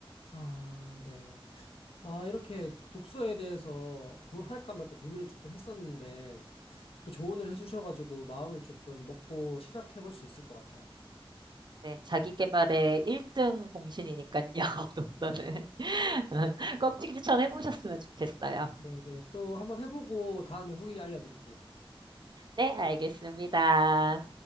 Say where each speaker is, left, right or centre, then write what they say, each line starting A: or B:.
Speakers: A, on the left (about 75°); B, on the right (about 50°).
A: 아, 네. 아, 이렇게 독서에 대해서 고, 할까 말까 고민을 조금 했었는데, 그 조언을 해주셔가지고 마음을 조금 먹고 시작해볼 수 있을 것 같아요.
B: 네, 자기 개발의 1등 공신이니까요, <laughs>
A: 네,
B: 독서는. <laughs> 꼭 추천해 보셨으면 좋겠어요.
A: 네, 네. 또 한번 해보고 다음에 후기 알려드릴게요.
B: 네, 알겠습니다.